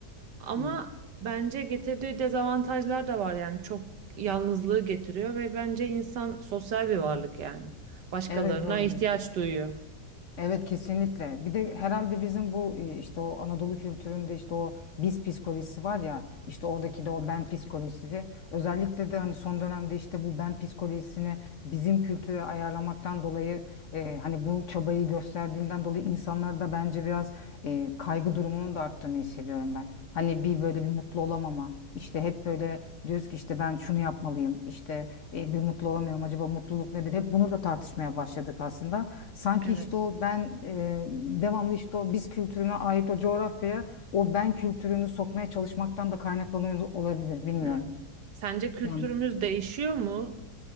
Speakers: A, on the right; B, on the left.
A: Ama
B: Hı
A: bence getirdiği dezavantajlar da var yani çok yalnızlığı getiriyor ve bence insan sosyal bir varlık
B: hı.
A: yani. Başkalarına
B: Evet doğrudur.
A: ihtiyaç duyuyor.
B: Evet kesinlikle. Bir de herhalde bizim bu e, işte o Anadolu kültüründe işte o biz psikolojisi var ya işte oradaki de o ben psikolojisi. Özellikle de hani son dönemde işte bu ben psikolojisini bizim kültüre ayarlamaktan dolayı e, hani bu çabayı gösterdiğimden dolayı insanlarda bence biraz e, kaygı durumunun da arttığını hissediyorum ben. Hani bir böyle bir mutlu olamama. İşte hep böyle diyoruz ki işte ben şunu yapmalıyım. İşte e, bir mutlu olamıyorum. Acaba mutluluk nedir? Hep bunu da tartışmaya başladık aslında. Sanki
A: Evet.
B: işte o ben e, devamlı işte o biz kültürüne ait o coğrafyaya o ben kültürünü sokmaya çalışmaktan da kaynaklanıyor olabilir bilmiyorum.
A: Hmm. Sence kültürümüz
B: Yani
A: değişiyor mu?